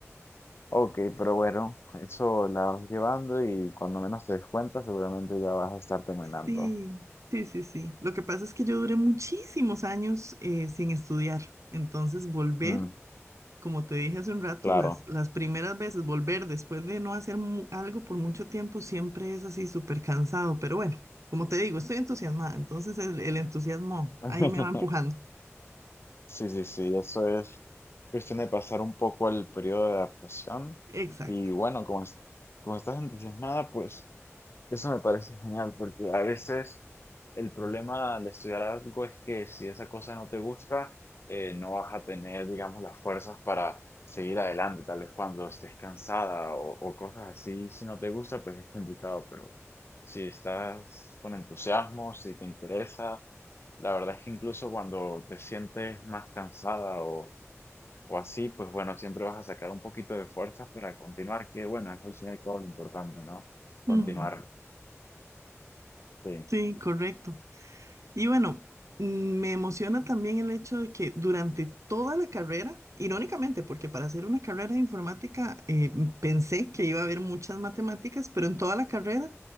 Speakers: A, on the left; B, on the right.
A: ok, pero bueno, eso la vas llevando y cuando menos te des cuenta, seguramente ya vas a estar terminando.
B: Sí, sí, sí, sí. Lo que pasa es que yo duré muchísimos años eh, sin estudiar. Entonces, volver,
A: Mm,
B: como te dije hace un rato,
A: claro.
B: las, las primeras veces, volver después de no hacer mu- algo por mucho tiempo, siempre es así súper cansado. Pero bueno, como te digo, estoy entusiasmada. Entonces, el, el entusiasmo
A: <laughs>
B: ahí me va empujando.
A: Sí, sí, sí, eso es cuestión de pasar un poco el periodo de adaptación.
B: Exacto.
A: Y bueno, como, es- como estás entusiasmada, pues Eso me parece genial, porque a veces el problema al estudiar algo es que si esa cosa no te gusta, eh, no vas a tener, digamos, las fuerzas para seguir adelante. Tal vez cuando estés cansada o, o cosas así, si no te gusta, pues es complicado, pero si estás con entusiasmo, si te interesa, la verdad es que incluso cuando te sientes más cansada o, o así, pues bueno, siempre vas a sacar un poquito de fuerzas para continuar, que bueno, es al final todo lo importante, ¿no? Continuar.
B: Ujú.
A: Sí.
B: Sí, correcto. Y bueno, mm, me emociona también el hecho de que durante toda la carrera, irónicamente, porque para hacer una carrera de informática eh, pensé que iba a haber muchas matemáticas, pero en toda la carrera